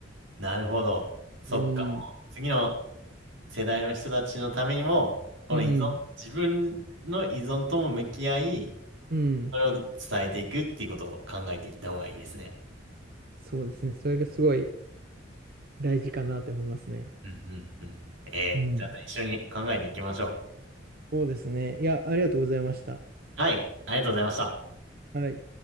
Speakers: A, on the right; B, on the right.
A: ー、なるほど。そっか、
B: うん。
A: もう、次の世代の人たちのためにも、この依存、
B: うん。
A: 自分の依存とも向き合い、
B: うん。
A: それを伝えていくっていうことを考えていった方がいいですね。
B: そうですね。それがすごい大事かなと思いますね。
A: うんうんうん。ええ、
B: うん。
A: ちゃんと一緒に考えていきましょう。
B: そうですね。いや、ありがとうございました。
A: はい、ありがとうございました。
B: はい。